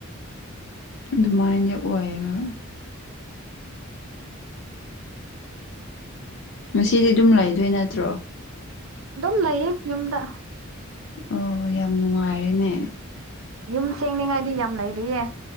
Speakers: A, on the left (about 65°); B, on the right (about 80°).
A: ꯑꯗꯨꯃꯥꯏꯅ ꯑꯣꯏꯕ꯫ ꯉꯁꯤꯗꯤ ꯑꯗꯨꯝ ꯂꯩꯗꯣꯏ ꯅꯠꯇ꯭ꯔꯣ꯫
B: ꯑꯗꯨꯝ ꯂꯩꯌꯦ ꯌꯨꯝꯗ꯫
A: ꯑꯣ ꯌꯥꯝ ꯅꯨꯡꯉꯥꯏꯔꯦꯅꯦ꯫
B: ꯌꯨꯝ ꯁꯦꯡꯅꯤꯡꯉꯥꯏꯗꯤ ꯌꯥꯝ ꯂꯩꯔꯤꯌꯦ